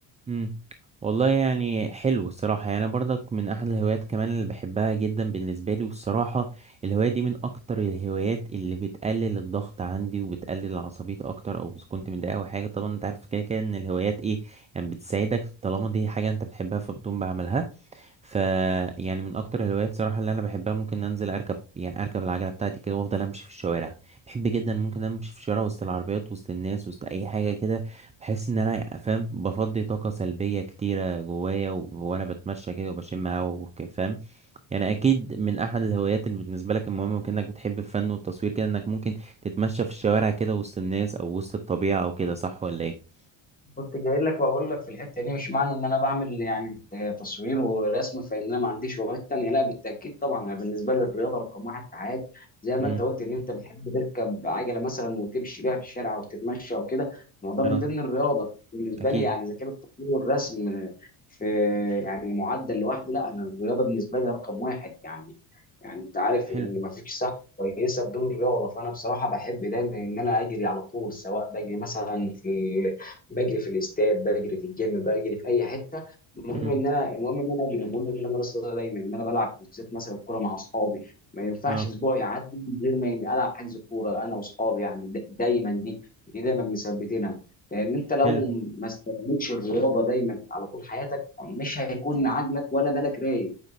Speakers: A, on the right; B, on the left.
A: مم. والله يعني حلو الصراحة يعني أنا برضك من أحد الهوايات كمان اللي بحبها جدا بالنسبة لي والصراحة الهواية دي من أكتر الهوايات اللي بتقلل الضغط عندي وبتقلل العصبية أكتر أو إذا كنت متضايق أو حاجة طبعا أنت عارف كده كده إن الهوايات إيه يعني بتساعدك طالما دي حاجة أنت بتحبها فبتقوم بعملها ف يعني من اكتر الهوايات صراحه اللي انا بحبها ممكن انزل اركب يعني اركب العجله بتاعتي كده وافضل امشي في الشوارع بحب جدا ممكن امشي في الشوارع وسط العربيات وسط الناس وسط اي حاجه كده بحس ان انا فاهم بفضي طاقه سلبيه كتيره جوايا و- وانا بتمشى كده وبشم هوا وك- فاهم يعني اكيد من احد الهوايات اللي بالنسبه لك المهمه وكانك بتحب الفن والتصوير كده انك ممكن تتمشى في الشوارع كده وسط الناس او وسط الطبيعه او كده صح ولا ايه
B: كنت جاي لك واقول لك في الحته دي مش معنى ان انا بعمل يعني تصوير ورسم فان انا ما عنديش هوايات تانيه لا بالتاكيد طبعا انا بالنسبه لي الرياضه رقم واحد في حياتي زي ما
A: امم
B: انت قلت ان انت بتحب تركب عجله مثلا وتمشي بيها في الشارع او تتمشى او كده ما هو ده
A: اه
B: من ضمن الرياضه بالنسبه
A: اكيد
B: لي يعني اذا كان التصوير والرسم في يعني معدل لوحده لا انا الرياضه بالنسبه لي رقم واحد يعني يعني انت عارف
A: حلو
B: ان ما فيش صحه كويسه بدون رياضه فانا بصراحه بحب دايما ان انا اجري على طول سواء بجري مثلا في بجري في الاستاد بجري في الجيم بجري في اي حته المهم
A: امم
B: ان انا المهم ان انا اجري المهم ان انا راسي دايما ان انا بلعب بالذات مثلا كوره مع اصحابي ما ينفعش
A: اه
B: اسبوع يعدي من غير ما إني العب حجز كوره انا واصحابي يعني دا- دايما دي دي دايما مثبتينها لان انت
A: حلو
B: لو ما استخدمتش الرياضه دايما على طول حياتك مش هيكون عقلك ولا بالك رايق